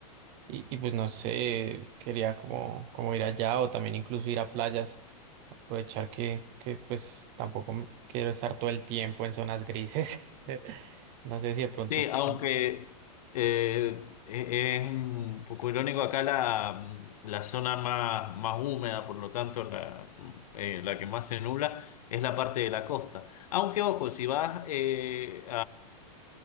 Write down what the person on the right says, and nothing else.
Y, y pues no sé, quería como, como ir allá o también incluso ir a playas, aprovechar que, que pues tampoco me- quiero estar todo el tiempo en zonas grises. <laughs> No sé si de pronto...
tú
tienes-